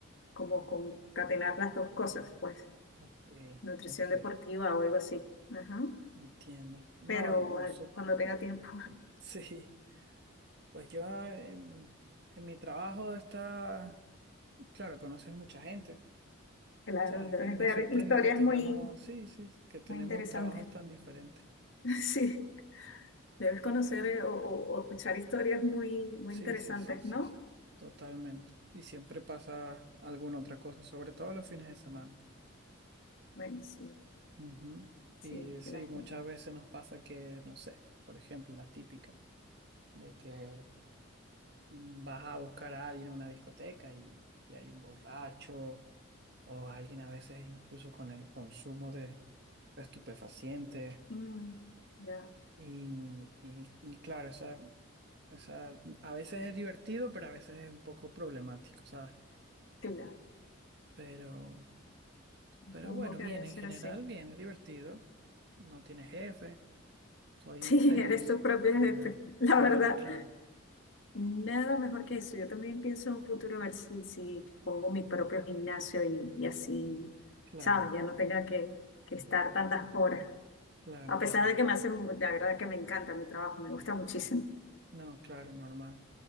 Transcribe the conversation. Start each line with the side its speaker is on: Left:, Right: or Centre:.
Left: como concatenar las dos cosas, pues,
Right: Ok,
Left: nutrición
Right: ok,
Left: deportiva o algo así. Ajá.
Right: entiendo. No,
Left: Pero
Right: no,
Left: eh,
Right: so-
Left: cuando
Right: no,
Left: tenga tiempo,
Right: <laughs> sí, pues yo en, en mi trabajo está, claro, conoces mucha gente,
Left: <laughs> claro,
Right: ¿sabes?
Left: debes
Right: Que me
Left: ver
Right: sorprende
Left: historias
Right: que tengamos,
Left: muy,
Right: sí, sí, que tenemos
Left: muy interesantes.
Right: trabajos tan diferentes,
Left: <laughs> Sí. Debes conocer
Right: pero
Left: eh, o, o- o escuchar historias muy, muy
Right: sí,
Left: interesantes,
Right: sí, sí, sí,
Left: ¿no?
Right: sí, totalmente. Y siempre pasa alguna otra cosa, sobre todo los fines de semana.
Left: Bueno, sí,
Right: Ujú.
Left: sí,
Right: Y sí,
Left: que la
Right: muchas
Left: gente.
Right: veces nos pasa que, no sé, por ejemplo, la típica de que mm, vas a buscar a alguien en una discoteca y, y hay un borracho o alguien a veces incluso con el consumo de estupefacientes
Left: Mm, ya,
Right: y, y, y claro, esa, esa, a veces es divertido, pero a veces es un poco problemático, ¿sabes?
Left: claro,
Right: Pero,
Left: supongo
Right: pero bueno,
Left: que
Right: bien,
Left: debe
Right: en
Left: ser
Right: general,
Left: así.
Right: bien,
Left: <laughs>
Right: es divertido, no tiene jefe. Soy
Left: Sí,
Right: feliz
Left: eres tu propio
Right: en general.
Left: jefe, la
Right: Claro,
Left: verdad.
Right: claro,
Left: Nada mejor que eso. Yo también pienso en un futuro a ver si, si pongo mi propio gimnasio y, y así,
Right: claro,
Left: ¿sabes? Ya no tenga que, que estar tantas horas.
Right: claro,
Left: A pesar
Right: claro.
Left: de que me hace, la verdad que me encanta mi trabajo, me gusta muchísimo.
Right: No, claro, normal.